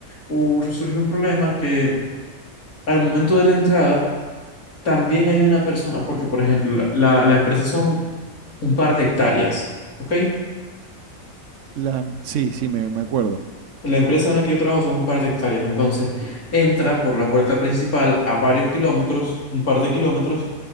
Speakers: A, on the left; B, on the right.
A: hu- surgió un problema que al momento de la entrada también hay una persona, porque por ejemplo, la, la la empresa son un par de hectáreas, ¿ok?
B: La, sí, sí, me, me acuerdo.
A: La empresa en la que yo trabajo son un par de hectáreas, entonces entra por la puerta principal a varios kilómetros, un par de kilómetros,